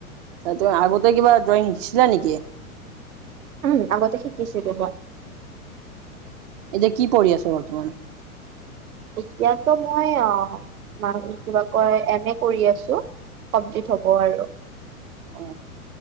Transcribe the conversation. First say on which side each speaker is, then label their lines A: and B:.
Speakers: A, on the right; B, on the right.
A: তাৰ আগতে কিবা ড্ৰয়িং শিকিছিলা নেকি?
B: উম আগতে শিকিদিলোঁ মই।
A: এতিয়া কি পঢ়ি আছে বৰ্তমান।
B: এতিয়াতো মই অ মান কিবা কয় এম এ কৰি আছো। কমপ্লিট হব আৰু
A: অ